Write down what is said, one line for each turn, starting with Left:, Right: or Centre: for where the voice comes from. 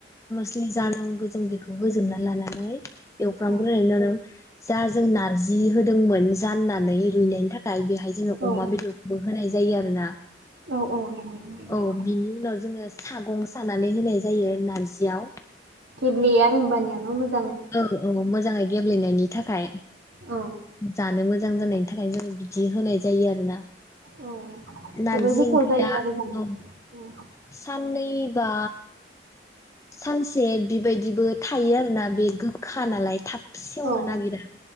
Left: जि जानांगौ जों बेखौ होजोबना लानानै एवफ्राग्रोना
Right: औ
Left: नो आरो जा जों नारजि होदोंमोन जाननानै रुइनाय नि थाखाय बेहाय जोङो
Right: औ
Left: अमा बेदरखौबो होनाय जायो जायो आरो ना
Right: औ औ नंगौ नंगौ
Left: औ बिनि उनाव जोङो सागं सानानै होनाय जायो नारजियाव।
Right: केेबलिया आरो होमबानियानो मो
Left: औ औ मोजाङै गेब्लेनायनि थाखाय
Right: औ
Left: जानो मोजां जानाय थाखाय जोङो बिदि होनाय जायो आरोना।
Right: औ
Left: नारजि
Right: जोबोर गोथाव
Left: ओंख्रिया
Right: जायो आरो जानो
Left: औ
Right: औ
Left: साननैबा सानसे बेबायदिबो थायो आरोना बे गोखा नालाय थाब सेवनो
Right: औ
Left: नागिरा